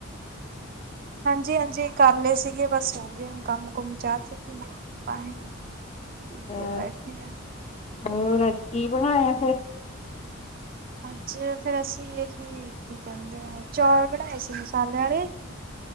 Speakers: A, on the right (about 45°); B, on the left (about 30°).
A: ਹਾਂਜੀ ਹਾਂਜੀ ਕਰ ਲਏ ਸੀਗੇ, ਬਸ ਹੋ ਗਏ ਹੁ, ਕੰਮ ਕੁਮ ਚਾਹ ਚੁੱ ਪੀਣੀ, ਪਾਣੀ ਪੀ
B: ਅੱਛਾ
A: ਕੇ ਬੈਠੇ ਆਂ
B: ਹੋਰ ਅੱਜ ਕੀ ਬਣਾਇਆ ਫੇਰ
A: ਅੱਜ ਫਿਰ ਅਸੀਂ ਇਹਹੀ ਕੀ ਕਹਿੰਦੇ ਹਾਂ, ਚੌਲ ਬਣਾਏ ਸੀ ਮਸਾਲੇ ਵਾਲੇ